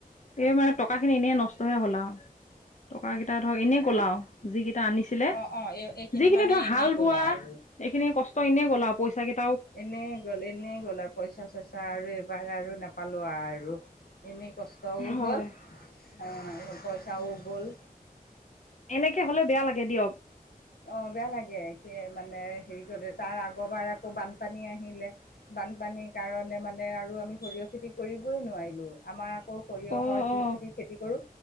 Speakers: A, on the left; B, on the left.
A: এই মানে টকা খিনি এনেই নষ্টহে হ'ল আঔ! টকা কেইটা ধৰক এনেই
B: হা
A: গলাও। যিগেইটা আনিছিলে,
B: অ অ এই এইখিনি
A: যিখিনি
B: মানে
A: ধৰ
B: এনেই
A: হাল
B: গ'লা
A: বোৱা,
B: আৰু
A: এইখিনি কষ্ট এনেই গলাঔ পইচা গেট
B: এনেই গ'ল, এনেই গ'ল আৰু পইচা-চইচা আৰু এইবাৰ আৰু নাপালো আৰু। এনেই কষ্টও
A: হয়
B: হ'ল, অ' পইচাও গ'ল।
A: এনেকে হ'লে বেয়া লাগে দিয়ক!
B: অঁ বেয়া লাগে! মানে হেৰি কতে তাৰ আগবাৰ আকৌ বানপানী আহিলে বানপানীৰ কাৰণে মানে আৰু আমি সৰিয়হ খেতি কৰিবই নোৱাৰিলো, আমাৰ কৌ সৰিয়হৰ
A: অ
B: যিখিনি
A: অ
B: খেতি কৰো,